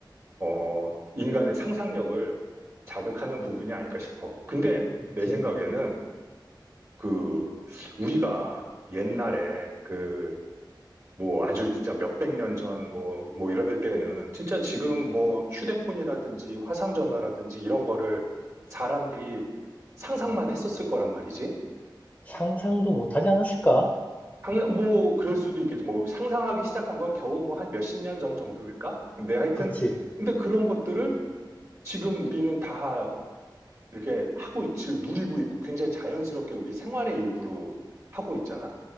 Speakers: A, on the right (about 35°); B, on the left (about 15°).
A: 어, 인간의 상상력을 자극하는 부분이 아닐까 싶어. 근데
B: 그치.
A: 내 생각에는 그 우리가 옛날에 그 뭐 아주 진짜 몇백 년 전 뭐 뭐 이럴 때는 진짜 지금 뭐 휴대폰이라든지 화상전화라든지 이런 거를 사람들이 상상만 했었을 거란 말이지.
B: 상상도 못하지 않았을까?
A: 상- 뭐 그럴 수도 있겠지. 뭐 상상하기 시작한 건 겨우 뭐 한 몇십 년 전 정도일까? 근데 하여튼
B: 그치,
A: 근데 그런 것들을 지금 우리는 다 이렇게 하고 있지, 누리고 있고 굉장히 자연스럽게 우리 생활의 일부로 하고 있잖아?